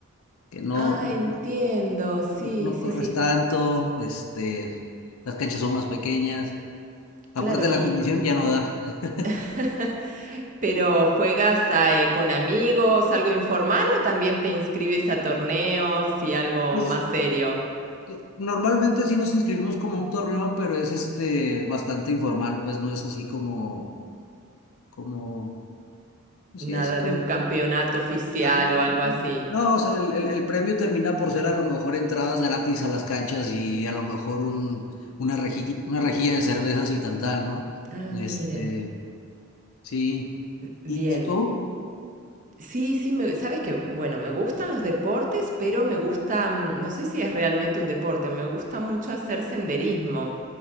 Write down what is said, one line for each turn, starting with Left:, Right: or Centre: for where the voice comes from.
Left: que no,
Right: Ah,
Left: no
Right: entiendo. Sí,
Left: no, no
Right: sí,
Left: corres
Right: sí.
Left: tanto, este, las canchas son más pequeñas.
Right: Claro.
Left: Aparte la
Right: Y,
Left: condición ya no da. <laughs>
Right: <laughs> pero ¿juegas a, eh, con amigos, algo informal o también te inscribes a torneos y algo
Left: Pues
Right: más serio?
Left: no- normalmente sí nos inscribimos como un torneo, pero es este bastante informal, pues no es así como, como, pues, sí,
Right: Nada
Left: así como,
Right: de un campeonato oficial
Left: ajá.
Right: o algo así.
Left: No, o sea, el, el- el premio termina por ser a lo mejor entradas gratis a las canchas y a lo mejor un, una rejilla una rejilla de cervezas y tantán, ¿no?
Right: Ah,
Left: Este,
Right: mira.
Left: sí.
Right: Bien.
Left: ¿Y, y tú?
Right: Sí, sí, me sabes que, bueno, me gustan los deportes, pero me gusta, mm, no sé si es realmente un deporte, me gusta mucho hacer senderismo.